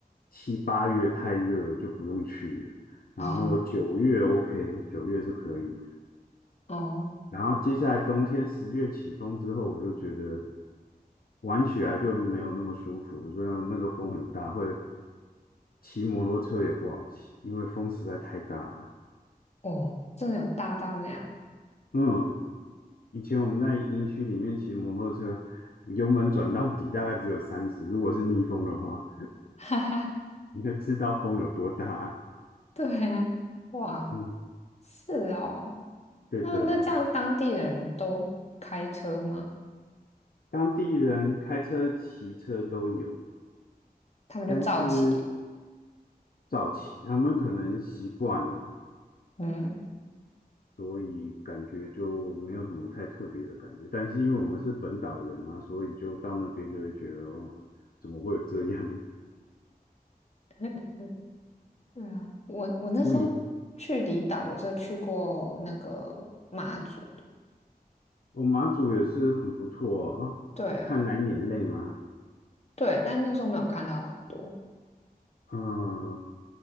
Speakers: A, on the left (about 65°); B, on the left (about 45°).
A: 七八月太热了就不用去了。然后九月
B: 哦
A: OK，九月是可以，
B: 哦
A: 然后接下来冬天十月起风之后，我就觉得玩起来就没有那么舒服，真的那个风很大，会骑摩托车也不好骑，因为风实在太大了。
B: 哦，真的有大到那样，
A: 嗯，以前我们在营区里面骑摩托车，油门转到底大概只有三十，如果是逆风的话，
B: <laughs> 哈哈，
A: 你就知道风有多大。
B: 对啊，哇，
A: 嗯，
B: 是哦，
A: 对的，
B: 那那这样当地人都开车吗？
A: 当地人开车、骑车都有，
B: 他们就造齐，
A: 但是早期他们可能习惯了。
B: 嗯，
A: 所以感觉就没有什么太特别的感觉。但是因为我们是本岛人嘛，所以就到那边就会觉得，哦，怎么会有这样？
B: <laughs> 对啊，我我那时候去离岛，
A: 所以
B: 我就去过那个马祖的，
A: 我马祖也是很不错哦。啊
B: 对
A: 看蓝眼泪吗？
B: 对，但那时候没有看到很多，
A: 嗯，